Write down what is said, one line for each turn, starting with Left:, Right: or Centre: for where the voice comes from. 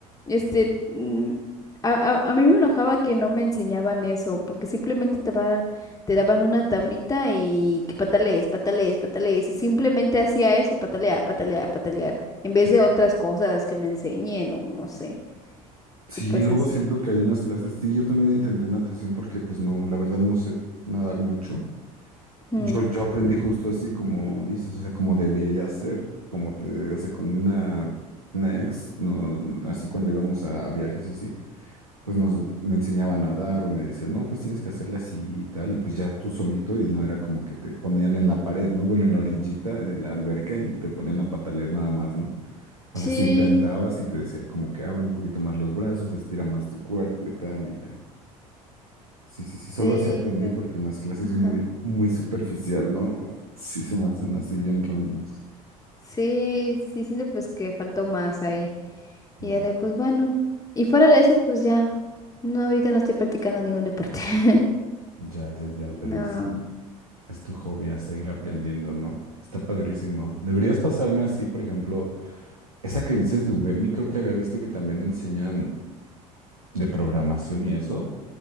Left: este, mm, a, a- a mí me enojaba que no me enseñaban eso, porque simplemente te daban, te daban una tablita y que patalees, patalees, patalees, y simplemente hacía eso, patalear, patalear, patalear, en vez
Right: Sí.
Left: de otras cosas que me enseñen o no sé.
Right: Sí,
Left: Y pues
Right: luego
Left: así.
Right: siento que ahí en las clases, sí, yo también intenté natación porque pues no, la verdad no sé nadar mucho.
Left: Mm.
Right: Yo, yo aprendí justo así como dices, o sea, como debería ser, como te, o sea, con una, una ex, no, no, así cuando íbamos a, a viajes y así, pues nos me enseñaba a nadar o me decía, no, pues tienes que hacerla así y tal, y pues ya tú solito, y no era como que te ponían en la pared, ¿no? Bueno, en la orillita de la alberca y te ponían a patalear nada más, ¿no? O
Left: Sí,
Right: sea, si intentabas y te decía como que abre un poquito más los brazos, estira más tu cuerpo y tal, y ya, Sí, sí, sí,
Left: sí,
Right: solo así aprendí
Left: pues,
Right: porque en las clases
Left: ajá.
Right: muy, muy superficial, ¿no? Sí se me hacen así bien random.
Left: Sí, sí, siento pues que faltó más ahí.
Right: Ya,
Left: Y ya de, pues bueno. Y fuera de eso, pues ya. No, ahorita no estoy practicando ningún deporte. <laughs>
Right: ya, ya, ya, pero
Left: No.
Right: sí, es tu hobby a seguir aprendiendo, ¿no? Está padrísimo. Deberías pasarme así, por ejemplo, esa que dices de Udemy, creo que había visto que también enseñan de programación y eso.